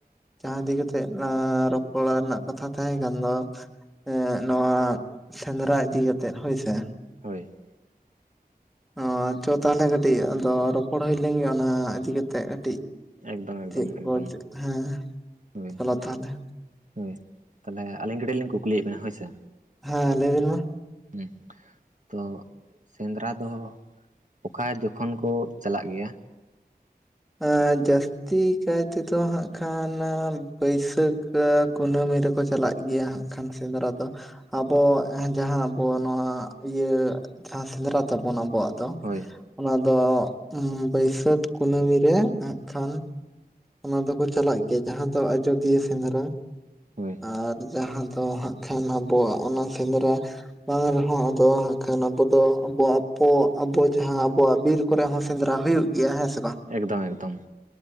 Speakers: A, in the centre; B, on the right.
A: ᱡᱟᱦᱟᱸ ᱤᱫᱤ ᱠᱟᱛᱮᱜ ᱚᱱᱟ ᱨᱚᱯᱚᱲ ᱨᱮᱱᱟᱜ ᱠᱟᱛᱷᱟ ᱛᱟᱦᱮᱸ ᱠᱟᱱ ᱫᱚ ᱮᱸ ᱱᱚᱣᱟ ᱥᱮᱸᱫᱽᱨᱟ ᱤᱫᱤ ᱠᱟᱛᱮᱜ ᱦᱳᱭ ᱥᱮ,
B: ᱦᱳᱭ᱾
A: ᱚ ᱪᱚ ᱛᱟᱦᱚᱞᱮ ᱠᱟᱹᱴᱤᱡ ᱟᱫᱚ ᱨᱚᱯᱚᱲ ᱦᱩᱭ ᱞᱮᱱᱜᱮ ᱚᱱᱟ ᱤᱫᱤ ᱠᱟᱛᱮᱫ ᱠᱟᱹᱴᱤᱡ᱾
B: ᱮᱠᱫᱚᱢ ᱮᱠᱫᱚᱢ
A: ᱪᱮᱫ
B: ᱮᱠᱫᱚᱢ
A: ᱠᱚ ᱪᱮᱫ ᱦᱮᱸ
B: ᱦᱳᱭ
A: ᱪᱚᱞᱚ ᱛᱟᱦᱚᱞᱮ᱾
B: ᱦᱳᱭ, ᱛᱟᱦᱚᱞᱮ ᱟᱹᱞᱤᱧ ᱠᱟᱹᱴᱤᱡ ᱞᱤᱧ ᱠᱩᱠᱞᱤᱭᱮᱫ ᱵᱮᱱᱟ ᱦᱳᱭ ᱥᱮ᱾
A: ᱦᱮᱸ ᱞᱟᱹᱭ ᱵᱤᱱ ᱢᱟ᱾
B: ᱦᱩᱸ, ᱛᱚ ᱥᱮᱸᱫᱽᱨᱟ ᱫᱚ ᱚᱠᱟ ᱡᱚᱠᱷᱚᱱ ᱠᱚ ᱪᱟᱞᱟᱜ ᱜᱮᱭᱟ?
A: ᱟᱸ ᱡᱟᱹᱥ ᱛᱤ ᱠᱟᱭ ᱛᱮᱫᱚ ᱦᱟᱸᱜ ᱠᱷᱟᱱ ᱵᱟᱹᱭᱥᱟᱹᱠᱷ ᱠᱩᱱᱟᱹᱢᱤ ᱨᱮᱠᱚ ᱪᱟᱞᱟᱜ ᱜᱮᱭᱟ ᱦᱟᱸᱜ, ᱠᱷᱟᱱ ᱥᱮᱸᱫᱽᱨᱟ ᱫᱚ᱾ ᱟᱵᱚ ᱡᱟᱦᱟᱸ ᱟᱵᱚ ᱱᱚᱣᱟ ᱤᱭᱟᱹ ᱡᱟᱦᱟᱸ ᱥᱮᱸᱫᱽᱨᱟ ᱛᱟᱵᱚᱱ ᱟᱵᱚᱣᱟᱜ, ᱛᱚ
B: ᱦᱳᱭ
A: ᱚᱱᱟ ᱫᱚ ᱵᱟᱹᱭᱥᱟᱹᱠᱷ ᱠᱩᱱᱟᱹᱢᱤ ᱨᱮ ᱦᱟᱸᱜ ᱠᱷᱟᱱ ᱚᱱᱟ ᱫᱚᱠᱚ ᱪᱟᱞᱟᱜ ᱜᱮᱭᱟ, ᱡᱟᱦᱟᱸ ᱫᱚ ᱟᱡᱚᱫᱤᱭᱟᱹ ᱥᱮᱸᱫᱽᱨᱟ
B: ᱦᱳᱭ
A: ᱟᱨ ᱡᱟᱦᱟᱸ ᱫᱚ ᱦᱟᱸᱜ ᱠᱷᱟᱱ ᱟᱵᱚᱣᱟᱜ ᱚᱱᱟ ᱥᱮᱸᱫᱽᱨᱟ ᱵᱟᱝ ᱨᱮᱦᱚᱸ ᱟᱫᱚ ᱦᱟᱸᱜ ᱠᱷᱟᱱ ᱟᱵᱚ ᱫᱚ ᱟᱵᱚᱣᱟᱜ ᱯᱚ ᱟᱵᱩ ᱡᱟᱦᱟᱸ ᱟᱵᱚᱣᱟᱜ ᱵᱤᱨ ᱠᱚᱨᱮᱜ ᱦᱚᱸ ᱥᱮᱸᱫᱽᱨᱟ ᱦᱩᱭᱩᱜ ᱜᱮᱭᱟ ᱦᱮᱸ ᱥᱮᱫ᱾
B: ᱮᱠᱫᱚᱢ ᱮᱠᱫᱚᱢ᱾